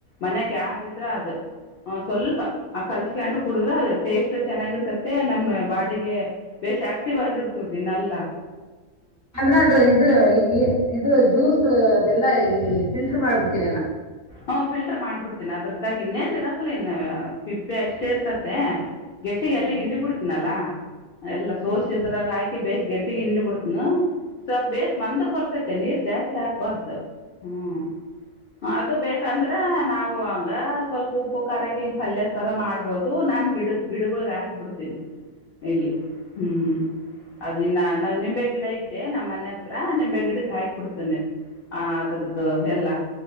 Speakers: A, on the left; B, on the right.
A: ಮನೆಗೆ ಯಾವ್ದಿದ್ರೆ ಅದು. ಹ ಸ್ವಲ್ಪ ಆ ಕಲ್ಸ್ಕೊಂಡು ಕುಡಿದ್ರ ಅದು ಟೇಸ್ಟ್ ಚೆನ್ನಾಗಿರ್ತತೆ ನಮ್ಮ್ ಬಾಡಿಗೆ. ಬೇಶ್ ಆಕ್ಟಿವ್ ಆಗಿರ್ತದ ದಿನಲ್ಲ.
B: ಅಂದ್ರೆ ಅದು ಇದು ಇದು ಜ್ಯೂಸ್ ಅದೆಲ್ಲಾ ಫಿಲ್ಟರ್ ಮಾಡಬಿಡ್ತೀರನ.
A: ಹ್ಮ ಫಿಲ್ಟರ್ ಮಾಡಿಬಿಡ್ತೇನಿ ಅದ್ರದ್ದಾಗಿ ಇನ್ನೇನ್ರಾಕ್ಲಿ ಇನ್ನು ಸಿಪ್ಪೆ ಅಷ್ಟೇ ಇರ್ತತೆ. ಗಟ್ಟಿಗೆ
B: ಹ್ಮ್
A: ಎಲ್ಲ ಹಿಂಡಿ ಬಿಡ್ತೀನಲ್ಲಾ ಎಲ್ಲಾ
B: ಹ್ಮ್
A: ಸೋಸಿದ್ರಾಗ ಹಾಕಿ ಬೇಸ ಗಗೆಟ್ಟಿಗೆ ಹಿಂಡಿ ಬಿಡ್ತಿ. ಹ್ಮ ಸ ಬೇಸ್ ಮಂದಗ್ ಬರ್ತತೆ ನೀರ್ ಜಾಸ್ತಿ ಆಗ್ಬಾರ್ದು ಹ್ಮ್. ಅದು ಬೇಕಂದ್ರೆ ನಾವು ಹಂಗ ಸ್ವಲ್ಪ ಉಪ್ಪು ಖಾರಕ್ಕೆ ಹಿಂಗ ಪಲ್ಯ ತರ ಮಾಡ್ಬಹದು ನಾ ಗಿಡ. ಗ ಗಿಡಗಳೊಳಗೆ ಹಾಕ್ ಬಿಡ್ತೇನಿ. ಇಲ್ಲಿ ಹ್ಮ್ ಅದಿನ್ನ ನ ನಿಂಬೆ ಗಿಡ ಇತ್ತು. ನಮ್ಮ್ ಮನೆ ಹತ್ರ ನಿಮಂಬ ಗಿಡಕ್ ಹಾಯಕ್ ಬಿಡ್ತೇನೆ ಆ ಅದ್ರದ್ದು ಎಲ್ಲಾ.